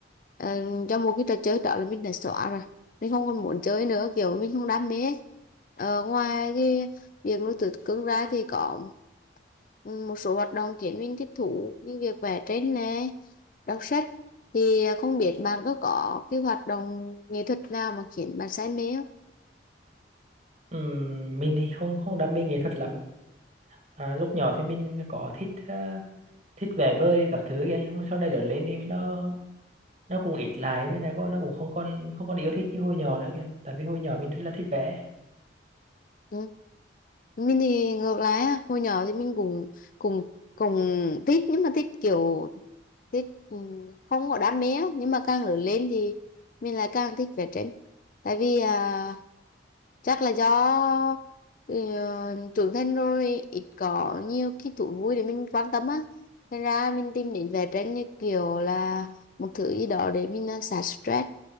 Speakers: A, on the left; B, on the right.
A: ờ, cho một cái trò chơi đó là mình đã xóa rồi mình không còn muốn chơi nữa kiểu mình không đam mê ấy. Ờ, ngoài cái việc nuôi thú cưng ra thì có ừ, một số hoạt động khiến mình thích thú như việc vẽ tranh nè đọc sách thì không biết bạn có có cái hoạt động nghệ thuật nào mà khiến bạn say mê không
B: Ừm, mình thì không không đam mê nghệ thuật lắm à, lúc nhỏ thì mình có thích à, thích vẽ vời các thứ kia nhưng mà sau này lớn lên thì nó nó cũng ít lại với này có nó cũng không còn không còn yêu thích như hồi nhỏ nữa kìa tại vì hồi nhỏ mình rất là thích vẽ
A: Ừ. Mình thì ngược lại á, hồi nhỏ thì mình cũng cùng cùng thích nhưng mà thích kiểu thích ừm, không có đam mê á. nhưng mà càng lớn lên thì mình lại càng thích vẽ tranh tại vì à, chắc là do uh, trưởng thành rồi ít có nhiều cái thú vui để mình quan tâm á nên ra mình tìm đến vẽ tranh như kiểu là một thứ gì đó để mình à, xả stress